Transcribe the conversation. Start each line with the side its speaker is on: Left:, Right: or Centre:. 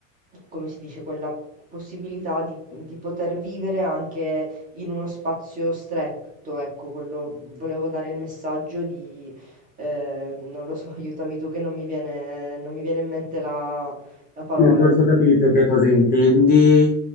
Right: come si dice, quella possibilità di, di poter vivere anche in uno spazio stretto, ecco, quello volevo dare il messaggio di, eh, non lo so, <laughs> aiutami tu che non mi viene, non mi viene in mente la la parola.
Left: Sì, forse ho capito che cosa intendi.